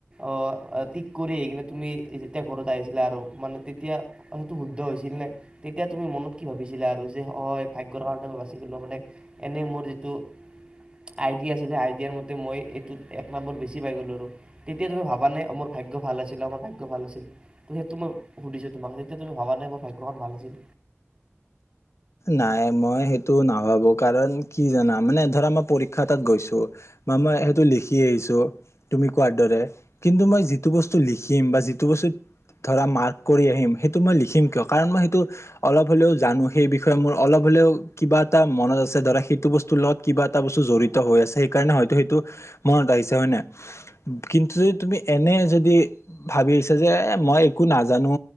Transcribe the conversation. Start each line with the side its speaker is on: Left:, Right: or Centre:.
Right: অ', টিক কৰি আহি কিনে তুমি যেতিয়া ঘৰত আহিছিলা আৰু মানে তেতিয়া সেইটো শুদ্ধ হৈছিল নে? তেতিয়া তুমি মনত কি ভাবিছিলা আৰু যে অ', ভাগ্যৰ কাৰণে মই বাছি গলোঁ মানে? এনেই মোৰ যিটো আইডিয়া আছিলে আইডিয়াৰ মতে মই এইটোত এক নম্বৰ বেছি পাই গ'লোঁ আৰু? তেতিয়া তুমি ভাবা নে? মোৰ ভাগ্য ভাল আছিল মোৰ ভাগ্য ভাল আছিল। ত' সেইটো মই সুধিছোঁ তোমাক তেতিয়া তুমি ভাবা নে মোৰ ভাগ্যখন ভাল আছিল?
Left: নাই মই সেইটো নাভাবো। কাৰণ, কি জানা মানে ধৰা মই পৰীক্ষা এটাত গৈছোঁ। বা মই সেইটো লিখি আহিছোঁ তুমি কোৱাৰ দৰে, কিন্তু মই যিটো বস্তু লিখিম বা যিটো বস্তু ধৰা মাৰ্ক কৰি আহিম সেইটো মই লিখিম কিয কাৰণ মই সেইটো অলপ হ'লেও জানো সেইবিষয়ে বিষয়ে মোৰ অলপ হলেও কিবা এটা মনত আছে ধৰা সেইটো বস্তুৰ লগত কিবা এটা বস্তু জড়িত হৈ আছে! সেইকাৰণে হয়তো সেইটো মনত আহিছে হয় নাই? কিন্তু যদি তুমি এনে যদি ভাবি আছা যে মই একো নাজানো।